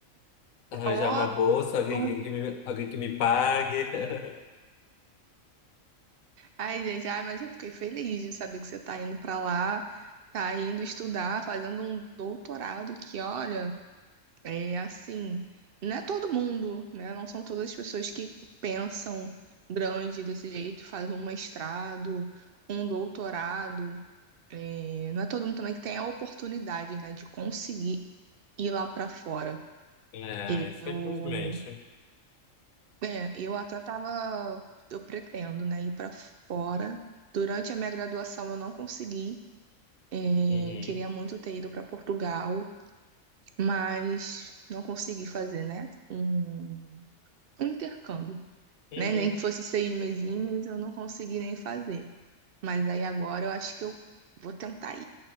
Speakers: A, on the left; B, on the right.
A: arranjar
B: Ó,
A: uma bolsa, alguém,
B: ó.
A: que que me, alguém que me pague. <laughs>
B: Ai, gente, ai, mas eu fiquei feliz de saber que você tá indo pra lá, tá indo estudar, fazendo um doutorado que, olha. É assim, não é todo mundo, né? Não são todas as pessoas que pensam grande desse jeito, fazem um mestrado, um doutorado. É, não é todo mundo também que tem a oportunidade, né, de conseguir ir lá para fora.
A: É,
B: Eu,
A: infelizmente.
B: é, eu até tava, eu pretendo, né, ir para fora. Durante a minha graduação eu não consegui. É,
A: Uhum.
B: queria muito ter ido para Portugal, mas não consegui fazer, né? Um um intercâmbio,
A: Uhum.
B: né? Nem que fosse seis mesinhos, eu não consegui nem fazer. Mas aí agora eu acho que eu vou tentar ir.